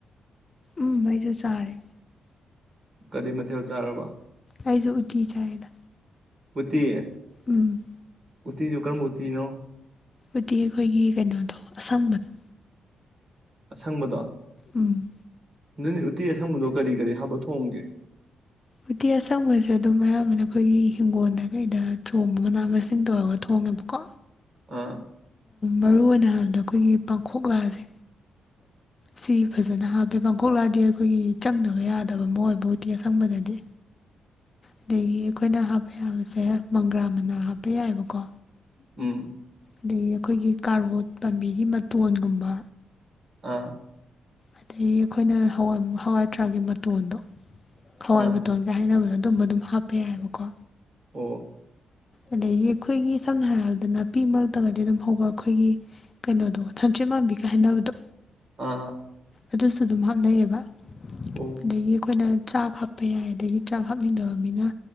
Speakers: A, on the left; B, on the right.
A: ꯎꯝ ꯑꯩꯁꯨ ꯆꯥꯔꯦ
B: ꯀꯔꯤ ꯃꯊꯦꯜ ꯆꯥꯔꯔꯕ
A: ꯑꯩꯖꯨ ꯎꯇꯤ ꯆꯔꯦ
B: ꯎꯇꯤ
A: ꯎꯝ
B: ꯎꯇꯤ ꯀꯔꯝꯕ ꯎꯇꯤꯅꯣ
A: ꯎꯇꯤ ꯑꯩꯈꯣꯏꯒꯤ ꯀꯩꯅꯣꯗꯣ ꯑꯁꯪꯕꯗꯣ
B: ꯑꯁꯪꯕꯗꯣ
A: ꯎꯝ
B: ꯅꯪꯅꯦ ꯎꯠꯇꯤ ꯑꯁꯪꯕꯗꯣ ꯀꯔꯤ ꯀꯔꯤ ꯍꯞꯄꯥ ꯊꯣꯡꯒꯦ
A: ꯎꯇꯤ ꯑꯁꯪꯕꯁꯦ ꯑꯗꯨꯝ ꯑꯌꯥꯝꯕꯅ ꯑꯩꯈꯣꯏꯒꯤ ꯍꯤꯡꯒꯣꯜꯗ ꯀꯩꯗ ꯆꯣꯡꯕ ꯃꯅꯥ ꯃꯁꯤꯡ ꯇꯧꯔꯒ ꯊꯣꯡꯉꯦꯕꯀꯣ
B: ꯑꯥ
A: ꯃꯔꯨꯑꯣꯏꯅ ꯑꯩꯈꯣꯏꯒꯤ ꯄꯥꯡꯈꯣꯛꯂꯥꯥꯁꯦ ꯁꯤ ꯐꯖꯅ ꯍꯥꯞꯄꯦ ꯄꯥꯡꯈꯣꯛꯂꯛꯑꯗꯤ ꯑꯩꯈꯣꯏꯒꯤ ꯆꯪꯗꯕ ꯌꯥꯗꯕ ꯑꯃ ꯑꯣꯏꯕ ꯎꯠꯇꯤ ꯑꯁꯪꯕꯗꯗꯤ ꯑꯗꯒꯤ ꯑꯩꯈꯣꯏꯅ ꯁꯦ ꯃꯪꯒ꯭ꯔꯥ ꯃꯅꯥ ꯍꯥꯞꯄ ꯌꯥꯏꯑꯕꯀꯣ
B: ꯎꯝ
A: ꯑꯗꯒꯤ ꯑꯩꯈꯣꯏꯒꯤ ꯀꯥꯔꯕꯣꯠ ꯄꯥꯝꯕꯤꯒꯤ ꯃꯇꯣꯟꯒꯨꯝꯕ
B: ꯑꯥ
A: ꯑꯗꯒꯤ ꯑꯩꯈꯣꯏꯅ ꯍꯋꯥꯏꯊꯔꯥꯛꯒꯤ ꯃꯇꯣꯟꯗꯣ ꯍꯋꯥꯏ
B: ꯑꯥ
A: ꯃꯇꯣꯟꯒ ꯍꯥꯏꯅꯕꯗꯨꯅꯦ ꯑꯗꯨꯝ ꯍꯥꯞꯄ ꯌꯥꯏꯕꯀꯣ
B: ꯑꯣ
A: ꯑꯗꯒꯤ ꯑꯩꯈꯣꯏꯒꯤ ꯁꯝꯅ ꯍꯥꯏꯔꯕꯗ ꯅꯥꯄꯤ ꯃꯔꯛꯇꯒꯗꯤ ꯑꯗꯨꯝ ꯍꯧꯕ ꯑꯩꯈꯣꯏꯒꯤ ꯀꯩꯅꯣꯗꯣ ꯊꯝꯆꯦꯠ ꯃꯥꯟꯕꯤꯒ ꯍꯥꯏꯕꯗꯣ
B: ꯑꯥ
A: ꯑꯗꯨꯁꯨ ꯑꯗꯨꯝ ꯍꯥꯞꯅꯩꯑꯕ
B: ꯑꯣ
A: ꯑꯗꯒꯤ ꯑꯩꯈꯣꯏꯅ ꯆꯥꯛ ꯍꯥꯞꯄ ꯌꯥꯏ ꯑꯗꯒꯤ ꯆꯥꯛ ꯍꯥꯞꯅꯤꯡꯗꯕ ꯃꯤꯅ